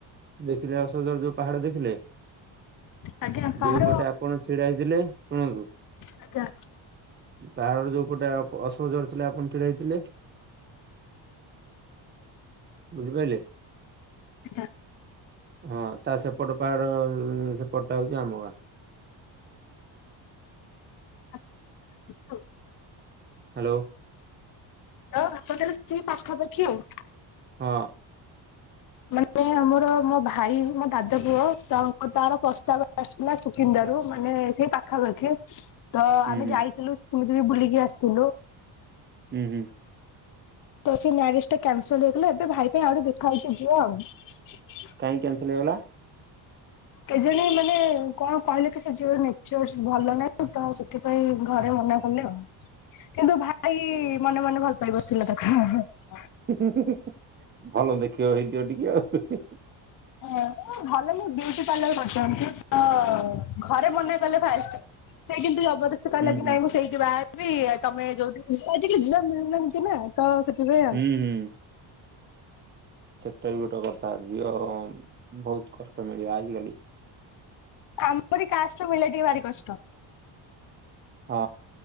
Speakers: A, on the right (about 25°); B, on the left (about 45°).
A: ଦେଖିଲେ ଅଶୋକ ଝର ଯୋଉ ପାହାଡ ଦେଖିଲେ
B: ଆଜ୍ଞା ପାହାଡ
A: ଯୋଉ ପଟେ ଆ ଆପଣ ଛିଡା ହେଇଥିଲେ ଶୁଣନ୍ତୁ
B: ଆଜ୍ଞା।
A: ପାହାଡର ଯୋଉ ପୋଟେ ଆପ ଅଶୋକ ଝର ଥିଲା ଆପଣ ଛିଡାହେଇଥିଲେ ବୁଝିପାଇଲେ
B: ଆଜ୍ଞା।
A: ହଁ ତା ସେପଟ ପାହାଡ ଅଁ ସେପଟଟା ହୋଉଚି ଆମ ଗାଁ।
B: ଆପଣ ସେଇ ପାଖାପାଖି ଆଉ।
A: ହାଲୋ।
B: ହଁ ହାଟ ତାହେଲେ ସ୍କୁଲ ପାଖା ପାଖି ଆଉ।
A: ହଁ।
B: ମାନେ। ମୋର ମୋ ଭାଇ ମୋ ଦାଦା ପୁଅ ତାଙ୍କ ତାର ପ୍ରସ୍ତାବ ଆସିଥିଲା ସୁକିନ୍ଦାରୁ ମାନେ ସେ ପା ଖା ପାଖି ତ
A: ହୁଁ
B: ଆମେ
A: ହୁଁ
B: ଯାଇଥିଲୁ ସେମିତି ବି ବୁଲିକି ଆସିଥିଲୁ।
A: ହୁଁ ହୁଁ।
B: ତ ସେ ମ୍ୟାରେଜ ଟା କ୍ୟାନସଲ ହେଇଗଲା ଏବେ ଭାଇ ପାଇଁ ଆହୁଟେ ଦେଖା ହଉଛି। ଝୁଅ ଆଉ।
A: କାଇଁ କ୍ୟାନସେଲ ହେଇଗଲା।
B: କେ ଜଣି ମାନେ କଣ କହିଲେ କି ସେ ଝିଅ ର ନେଚରସ୍ ଭଲ ନାହିଁ। ସେଥିପାଇଁ ଘରେ ମନା କଲେ ଆଉ। କିନ୍ତୁ ଭାଇ ମନେ ମନେ ଭଲ ପାଇ ବସିଥିଲା ତାକୁ ହେଁ ହେଁ।
A: ହଁ ଭଲ ଦେଖିବାକୁ ହେଇଥିବ ଟିକେ ଆଉ ହେ ହେ ହେ।
B: ହୁଁ ଭଲ ଲେ ବିୁଟି ପାର୍ଲ କରିଛନ୍ତି ତ ଘରେ ମନେ କଲେ ଫାଷ୍ଟ। ସେ କିନ୍ତୁ ଜବରଦସ୍ତି କହିଲା
A: ହୁଁ
B: କିି
A: ହୁଁ
B: ନାହିଁ ମୁଁ ସେଇଠି ବାହା ହେବି ତମେ ଯୋଉଠି ବୁ ଆଜି କାଲି ଝିଅ ମିଳୁ ନାହାଁନ୍ତି ନା। ତ ସେଥି ପାଇଁ ଆଉ।
A: ହୁଁ ହୁଁ। ସେଟା ବି ଗୋଟେ କଥା ଝିଅ ବହୁତ କଷ୍ଟ ମିଳିବା ଆଜି କାଲି।
B: ଆମରି କାଷ୍ଟ ର ମିଳି ବା ଟିକେ ଭାରି କଷ୍ଟ।
A: ହଁ